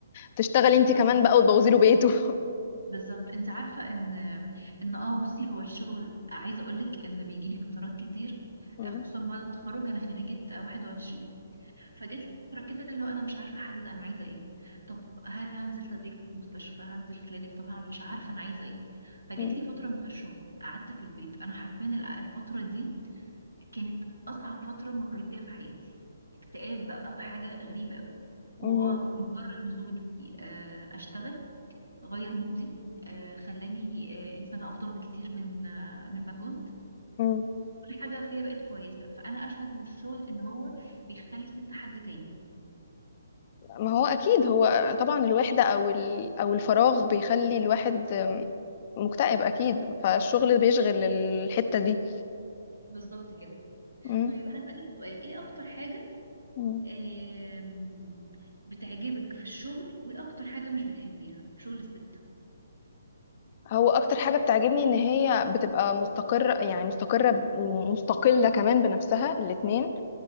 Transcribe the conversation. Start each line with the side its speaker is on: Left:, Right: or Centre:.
Left: تشتغلي
Right: بالظبط
Left: انت كمان بقى وتبوظي له بيته <laughs>
Right: بالظبط انت عارفه ان ان اه بصي هو الشغل عايزه اقول لك ان بيجي لي فترات كتير
Left: مم.
Right: آه، خصوصا بعد التخرج انا خريجه آه، 21 فجيت لي فترة كده اللي هو انا مش عارفة احدد انا عايزة ايه طب هل هنزل تدريب في مستشفى هنزل كلينيك طب هعمل- مش عارفة انا عايزة ايه فجيت
Left: مم.
Right: لي فترة من غير شغل قعدت في البيت انا حرفيا ال- الفترة دي كانت اصعب فترة مريت بيها في حياتي اكتئاب بقى وحاجة غريبة قوي
Left: مم.
Right: هو اه مجرد نزولي آه، اشتغل غير مودي آه، خلاني آه، انسانة افضل بكتير من آه، من ما كنت
Left: مم.
Right: كل حاجة فيا بقت كويسة فانا اشهد للشغل ان هو بيخلي الست حد تاني
Left: ما هو اكيد هو طبعا الوحده او ال... او الفراغ بيخلي الواحد مكتئب اكيد فالشغل بيشغل الحته دي
Right: بالظبط كده
Left: مم.
Right: طيب هسألك سؤال ايه اكتر حاجة
Left: مم.
Right: آم، بتعجبك في الشغل وايه اكتر حاجة مش بتحبيها في شغل الست
Left: هو اكتر حاجه بتعجبني ان هي بتبقى مستقره يعني مستقره ومستقله كمان بنفسها الاتنين